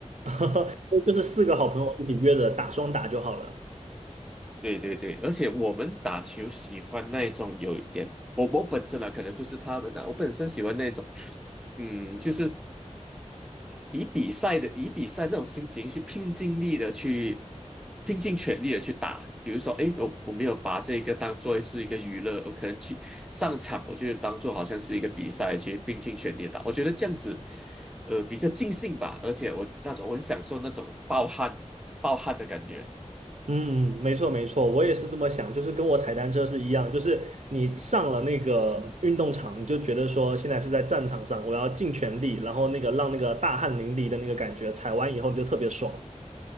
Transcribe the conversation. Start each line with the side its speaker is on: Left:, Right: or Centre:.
Right: <laughs> 就是四个好朋友一起约着打双打就好了。
Centre: 对对对，而且我们打球喜欢那种有一点，我我本身啊，可能不是他们啊，我本身喜欢那种。嗯，就是以比赛的以比赛那种心情去拼尽力的去拼尽全力的去打。比如说，诶，我我没有把这个当做是一个娱乐，我可能去上场，我就当做好像是一个比赛去拼尽全力地打。我觉得这样子，呃，比较尽兴吧。而且我那种我很享受那种暴汗暴汗的感觉。
Right: 嗯，没错没错，我也是这么想，就是跟我踩单车是一样，就是你上了那个运动场，你就觉得说现在是在战场上，我要尽全力，然后那个让那个大汗淋漓的那个感觉，踩完以后你就特别爽。